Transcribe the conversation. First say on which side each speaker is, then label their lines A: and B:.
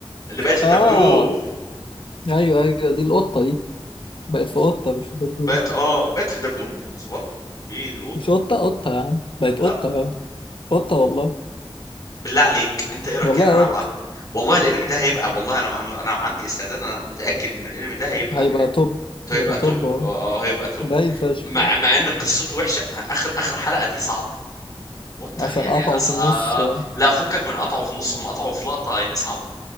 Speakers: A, on the left; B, on the left.
A: اللي بقت في
B: اه
A: دبدوب
B: ايوه ايوه دي القطه دي بقت في قطه مش في دبدوب.
A: بقت اه بقت في دبدوب صغنن ايه القطه
B: مش قطه قطه يا عم بقت قطه
A: لا
B: قطة والله
A: بالله عليك انت ايه رايك
B: والله
A: يعني انا
B: قط
A: بقى والله الانمي ده هيبقى والله انا انا أنا عندي استعداد انا متاكد ان الانمي ده هيبقى
B: هيبقى
A: حلو
B: توب
A: هيبقى
B: هيبقى توب
A: توب
B: اه
A: اه آه، هيبقى توب
B: باي فشخ
A: مع مع ان قصته وحشه مع اخر اخر حلقه دي صعبه وات
B: عشان
A: يعني
B: قطعه
A: صع...
B: في النص اه
A: لا فكك من قطعه في النص هم قطعوا في لقطة يعني صعبة